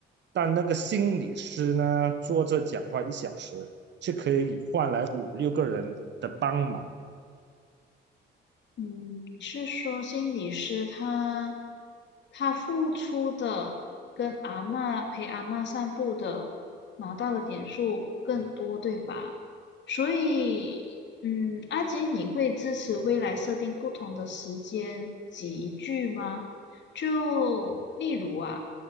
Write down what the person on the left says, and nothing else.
嗯，你是说心理师他他付出的跟阿嬷陪阿嬷散步的拿到的点数更多，对吧？所以，嗯，阿杰，你会支持未来设定不同的时间集聚吗？就例如啊，